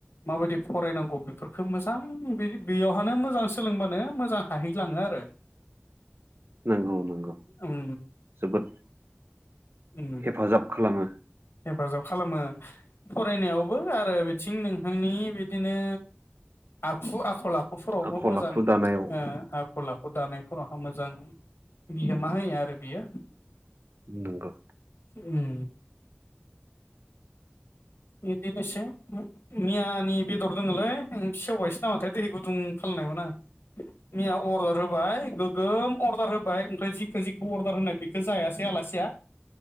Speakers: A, on the left; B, on the right.
A: माबायदि फरायनांगौ बेफोर बे मोजां बेयावहानो मोजां सोलोंबानो मोजां हाहैलाङो आरो।
B: नंगौ नंगौ
A: उम
B: जोबोद
A: उम
B: हेफाजाब खालामो।
A: हेफाजाब खालामो फरायनायावबो आरो बिथिं नोंथांनि बिदिनो आखु आखल आखुफोरावबो
B: आखल
A: मोजां
B: आखु दानायाव
A: ओ आखल आखु दानायफोरावहा मोजां बिहोमा होयो आरो बियो
B: नंगौ
A: उम बेदिनोसो मियानि बेदर दङोलै सेवबायसो नामाथाय दै गुदुं खालामानायमोन आं मैया अर्दार होबाय गो गोम अर्दार होबाय ओमफ्राय जिख जिख अर्दार होनाय बेखौ जायासै आलासिया